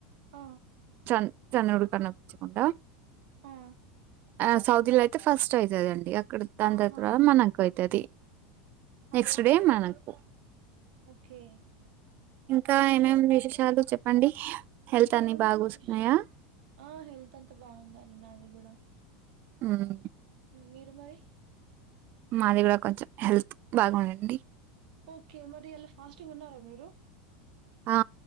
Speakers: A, on the right; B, on the right.
A: ఆ
B: చన్ చంద్రుడు కనిపించకుండా
A: ఆ
B: ఆ సౌదిల తే ఫస్ట్ అయితది అండి అక్ క్కడ దంతర్వాత
A: ఆహా
B: మనకు అయితది నెక్స్ట్
A: ఆ
B: డే మనకు
A: ఓకే
B: ఇంకా ఏమేం విశేషాలు చెప్పండి హెల్త్
A: ఇంకేముందండి
B: అన్ని బాగూసున్నాయా
A: విషయాలు ఆ హెల్త్ అంతా బాగుంది అండి నాది కూడా
B: ఉమ్
A: మీరు మరి
B: మాది కూడా కొంచెం హెల్త్ బాగుండింది
A: ఓకే మరి ఇయ్యాల ఫాస్టింగ్ ఉన్నారా మీరు
B: ఆ